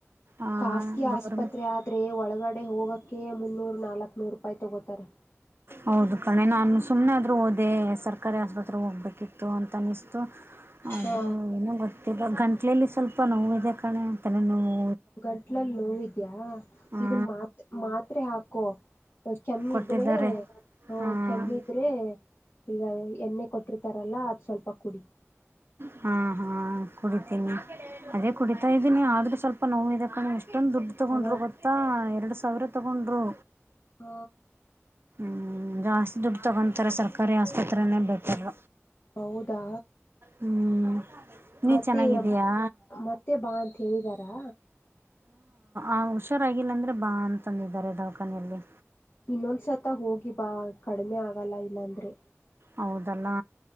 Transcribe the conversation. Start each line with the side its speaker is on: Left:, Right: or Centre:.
Right: ಆ
Left: ಖಾಸಗಿ
Right: ಗೌರ್ಮೆಂಟ್
Left: ಆಸ್ಪತ್ರೆ ಆದ್ರೆ ಒಳಗಡೆ ಕಡೆ ಹೋಗೋಕ್ಕೆ ಮುನ್ನೂರು ನಾಲ್ಕು ನೂರು ರೂಪಾಯಿ ತೊಗೋತಾರೆ
Right: ಹೌದು ಕಣೆ ನಾನು ಸುಮ್ಮನೆ ಆದ್ರೂ ಓದೆ ಸರ್ ಸರ್ಕಾರಿ ಹೋಗ್ಬೇಕಿತ್ತು ತನಿಸ ಆದರೂ
Left: ಹಾ
Right: ಏನೋ ಗೊತ್ತ ಇವಾಗ ಗಂಟ್ಲಲ್ಲಿ ಸ್ವಲ್ಪ ನೋವು ಇದೆ ಕಣೆ ತಲೆ ನೋವು
Left: ಗಂಟ್ಲಲ್ಲಿ ನೋವಿದ್ಯಾ
Right: ಹಾ
Left: ಇದನ್ ಮಾತ್ ಮಾತ್ರೆ ಹಾಕೋ ಕೆಮ್ಮಿದ್ರೆ
Right: ಕೊಟ್ಟಿದ್ದಾರೆ
Left: ಹ
Right: ಹಾ
Left: ಕೆಮ್ಮಿದ್ರೆ ಇ ಎಣ್ಣೆ ಕೊಟ್ಟಿರ್ತಾರಲ್ಲ ಅದು ಸ್ವಲ್ಪ ಕುಡಿ
Right: ಹಾ ಹಾ ಕುಡಿತೀನಿ ಅದೇ ಕುಡಿತಾ ಇದೀನಿ ಆದ್ರೂ ಸ್ವಲ್ಪ ನೋವು ಇದೆ ಹ ದುಡ್ಡು ತೊಗೊಂಡ್ರು
Left: ಹ
Right: ಗೊತ್ತಾ ಎರಡು ಸವಿರ ತಗೊಂಡರು
Left: ಹ್ಮ
Right: ಹ್ಮ್ ಜಾಸ್ತಿ ದುಡ್ಡು ತಗೊಂತಾರೆ ಸರ್ಕಾರಿ ಆಸ್ಪತ್ರನೇ ಬೆಟರ್
Left: ಹೌದಾ
Right: ಹ್ಮ್ ನೀ
Left: ಮತ್ತೆ
Right: ಚೆನ್ನಾಗಿದ್ದೀಯಾ
Left: ಮತ್ತೆ ಬಾ ಅಂತ ಹೇಳಿದಾರಾ
Right: ಆ ಹುಷಾರಾಗಿಲ್ಲ ಅಂದ್ರೆ ಬಾ ಅಂತಂತಂದಿದ್ದಾರೆ ದವಾಖಾನೆಯಲ್ಲಿ
Left: ಇನ್ನೊಂದ್ಸತ ಹೋಗಿ ಬಾ ಕಡಿಮೆ ಆಗಲ್ಲ ಇಲ್ಲಾಂದ್ರೆ
Right: ಹೌದಲ್ಲಾ